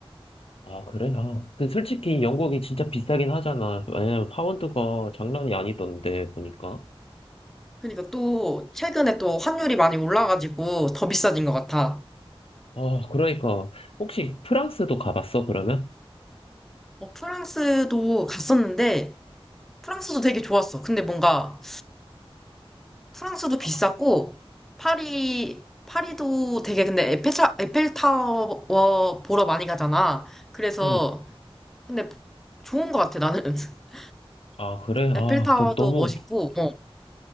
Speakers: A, on the left (about 70°); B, in the centre.
A: 아, 그래? 아, 그 솔직히 영국이 진짜 비싸긴 하잖아. 왜냐면 파운드가 장난이 아니던데, 보니까.
B: 그러니까 또 최근에 또 환율이 많이 올라가지고 더 비싸진 것 같아.
A: 아, 그러니까. 혹시 프랑스도 가봤어, 그러면?
B: 어, 프랑스도 갔었는데, 프랑스도 되게 좋았어. 근데 뭔가, 프랑스도
A: 아,
B: 비쌌고, 파리, 파리도 되게 근데 에펠차, 에펠타워 보러 많이 가잖아. 그래서,
A: 응.
B: 근데 좋은 것 같아, 나는. <laughs>
A: 아, 그래? 아,
B: 에펠타워도
A: 나 너무,
B: 멋있고, 어,